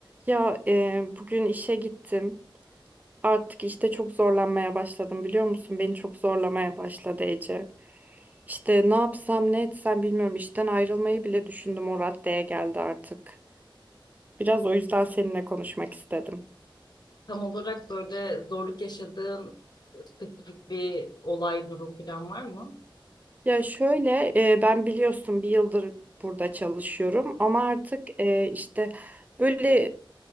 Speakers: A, on the right (about 20°); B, on the left (about 50°).
A: Ya e, bugün işe gittim. Artık işte çok zorlanmaya başladım biliyor musun? Beni çok zorlamaya başladı Ece. İşte ne yapsam ne etsem bilmiyorum. İşten ayrılmayı bile düşündüm. O raddeye geldi artık. Biraz o yüzden seninle konuşmak istedim.
B: Tam olarak böyle zorluk yaşadığın spesifik bir olay, durum falan var mı?
A: Ya şöyle e, ben biliyorsun bir yıldır burada çalışıyorum ama artık e, işte böyle